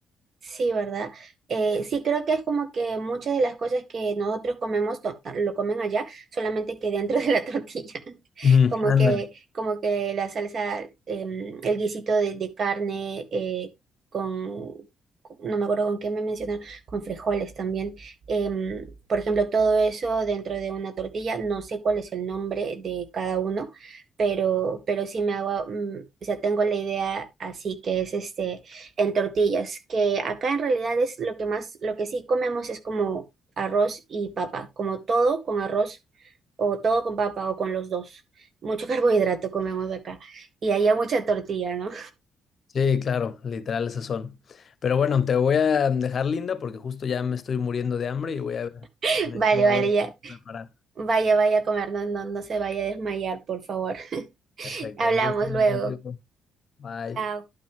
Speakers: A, on the right; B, on the left.
A: Sí, ¿verdad? Eh, sí, creo que es como que muchas de las cosas que nosotros comemos to- lo comen allá, solamente que dentro de la <laughs> tortilla,
B: Ujú,
A: como
B: ándale.
A: que, como que la salsa, em, el guisito de, de carne eh, con, con- no me acuerdo con qué me mencionaron, con frijoles también. Em, por ejemplo, todo eso dentro de una tortilla, no sé cuál es el nombre de cada uno, pero, pero sí me hago, mm, o sea, tengo la idea así que es este en tortillas, que acá en realidad es lo que más, lo que sí comemos es como arroz y papa, como todo con arroz o todo con papa o con los dos. Mucho <laughs> carbohidrato comemos acá y allá mucha tortilla, ¿no?
B: Sí, claro, literal esas son. Pero bueno, te voy a dejar linda porque justo ya me estoy muriendo de hambre y voy a
A: <laughs>
B: me,
A: Vale,
B: me voy
A: vale,
B: a
A: ya.
B: preparar.
A: Vaya, vaya a comer, no, no, no se vaya a desmayar, por favor. <laughs>
B: Perfecto,
A: Hablamos
B: un gusto hablar
A: luego.
B: contigo. Bye.
A: Chao.